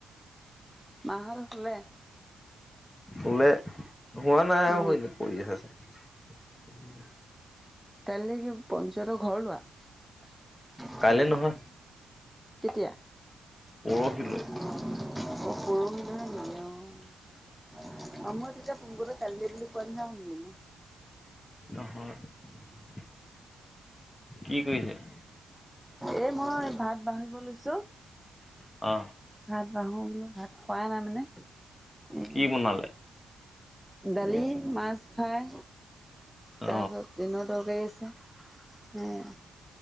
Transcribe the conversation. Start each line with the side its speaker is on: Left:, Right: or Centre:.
Centre: মাহঁত শুলে
Left: খুলে। হোৱা নাই আৰু
Centre: অ
Left: হয় ন পৰি আছেছে।
Centre: তাল কি? পঞ্চায়তৰ ঘৰ লোৱা? কেতিয়া?
Left: কাইলে নহয় পৰহিলৈ
Centre: পৰহিলিলৈ হে নেকি? অ' <unintelligible> অ মই তেতিয়া পোন কালিলে বুলি কোৱাৰ ন না শুনিলো মই।
Left: অ', কি কৰিৈছে?
Centre: এ মই ভাত বাহিব লৈছো।
Left: অ।
Centre: ভাত বাহো বোলো ভাত খোৱাই নাই মানে? এয়া,
Left: কি বনালে
Centre: দালি মাছ। খাই,
Left: অ
Centre: তাৰপিছত ডিমৰ তৰকাৰী আছে। উম।